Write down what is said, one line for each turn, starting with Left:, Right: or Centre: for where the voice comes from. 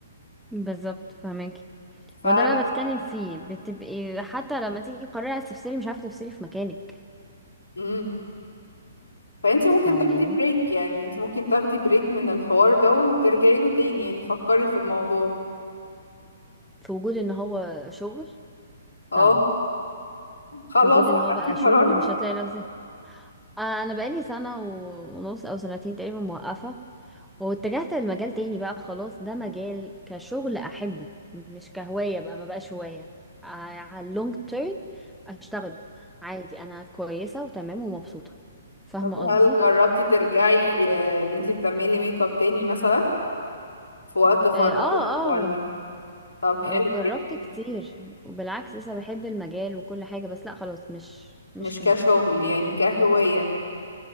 Centre: بالظبط فهماكي
Left: فلا
Centre: ما ده اللي انا بتكلم فيه بتبقي حتى لما تيجي تقرري عايز تفصلي مش عارفه تفصلي في مكانك
Left: امم فانت ممكن
Centre: فاهماني
Left: تاخدي بريك يعني انت ممكن تاخدي بريك من الحوار ده وترجعي له تاني يعني فكري في الموضوع
Centre: في وجود ان هو شغل
Left: اه
Centre: صعب
Left: خلاص
Centre: في وجود ان
Left: اخدتي
Centre: هو بقى شغل
Left: قرارك
Centre: مش هتلاقي نفسك آه، انا بقالي سنه و- ونص او سنتين تقريبا موقفه واتجهت لمجال تاني بقى خلاص ده مجال كشغل احبه مش كهوايه بقى ما بقاش هوايه آه، على اللونج تيرم اشتغله عادي انا كويسه وتمام ومبسوطه فاهمه
Left: طب
Centre: قصدي
Left: هل جربتي ترجعي آه، ان انت تعملي ميك اب تاني مثلا في وقت فراغك
Centre: اه اه
Left: ولا طب حلو
Centre: جربت
Left: جدا
Centre: كتير وبالعكس لسه بحب المجال وكل حاجة بس لا خلاص مش مش
Left: مش
Centre: كميك
Left: كشغل يعني كهواية